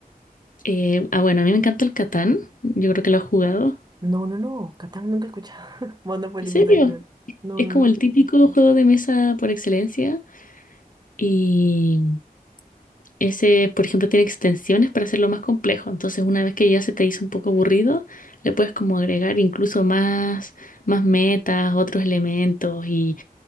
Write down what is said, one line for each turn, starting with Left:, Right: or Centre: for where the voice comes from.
Left: Eh, ah, bueno, a mí me encanta el Catán. Yo creo que lo has jugado.
Right: No, no, no. Catán nunca he escuchado. <laughs> Monopoly,
Left: ¿En serio?
Right: pensaba que ibas- No,
Left: Es
Right: no,
Left: como
Right: no.
Left: el típico juego de mesa por excelencia. Y ese, por ejemplo, tiene extensiones para hacerlo más complejo. Entonces, una vez que ya se te hizo un poco aburrido, le puedes como agregar incluso más, más metas, otros elementos. Y